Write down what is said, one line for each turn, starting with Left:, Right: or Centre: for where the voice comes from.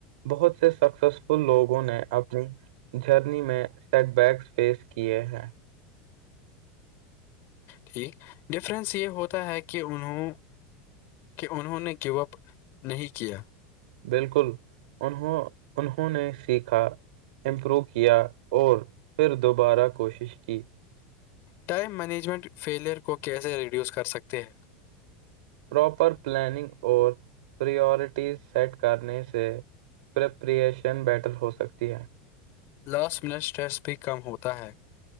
Right: بہت سے سکسیسفل لوگوں نے اپنی جرنی میں سیٹ بیکس فیس کیے ہیں
Left: ٹھیک ڈفرینس یہ ہوتا ہے کہ انہوں کہ انہوں نے گو اپ نہیں کیا
Right: بالکل انوں انہوں نے سیکھا امپروو کیا اور پھر دوبارہ کوشش کی
Left: ٹائم مینجمنٹ فیلیئر کو کیسے ریڈیوس کر سکتے ہیں
Right: پراپر پلاننگ اور پورٹیز سیٹ کرنے سے پرپریشن بیٹل ہو سکتی ہے
Left: لاس وسٹریس بھی کم ہوتا ہے